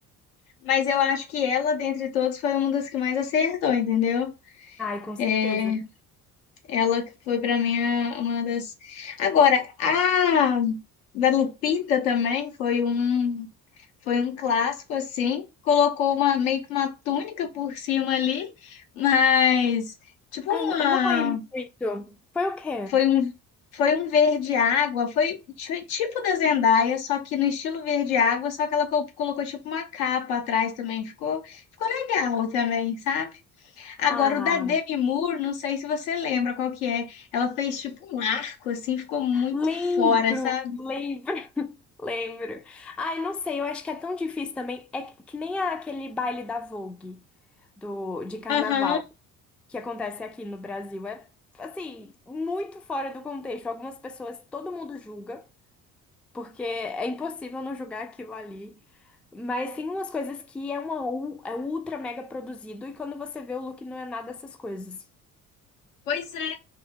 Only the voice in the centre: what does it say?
Ai, com certeza.
Ai,
eu não eu não lembro muito. Foi o quê?
Ah.
Lembro,
lembro, <laughs> lembro. Ai, não sei, eu acho que é tão difícil também. É que que nem aquele baile da Vogue do, de carnaval
que acontece aqui no Brasil. É, assim, muito fora do contexto. Algumas pessoas, todo mundo julga, porque é impossível não julgar aquilo ali. Mas tem umas coisas que é uma, u- é ultra mega produzido e quando você vê o look não é nada dessas coisas.